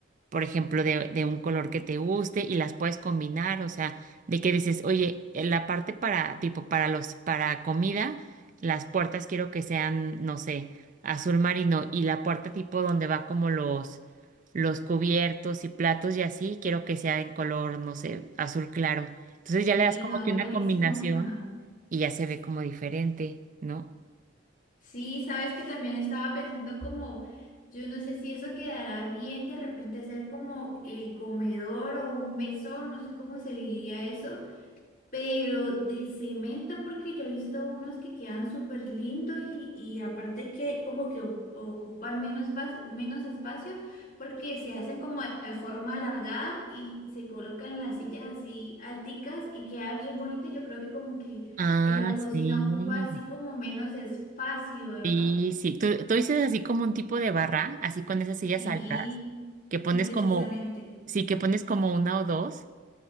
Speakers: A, on the right; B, on the left.
A: por ejemplo, de, de un color que te guste y las puedes combinar, o sea, de que dices, oye, en la parte para, tipo, para los, para comida, las puertas quiero que sean, no sé, azul marino y la puerta tipo donde va como los, los cubiertos y platos y así, quiero que sea en color, no sé, azul claro. Entonces ya
B: Sí,
A: le das como
B: no,
A: que una
B: buenísimo.
A: combinación
B: <laughs> ajá.
A: y ya se ve como diferente, ¿no?
B: Sí, sabes que también estaba pensando como, yo no sé si eso quedará bien de repente hacer como el comedor o un mesón, no sé cómo se le diría eso Pero de cemento, porque yo he visto unos que quedan súper lindos y, y aparte que como que o- ocupan menos espacio, menos espacio, porque se hacen como de forma alargada y se colocan las sillas así alticas y queda bien bonito. Yo creo que como que
A: Ah,
B: en la cocina
A: sí.
B: ocupa así como menos espacio, ¿verdad?
A: Sí, sí. ¿Tú, tú dices así como un tipo de barra, así con esas sillas
B: Sí,
A: altas, que pones
B: sí, precisamente.
A: como, sí, que pones como una o dos.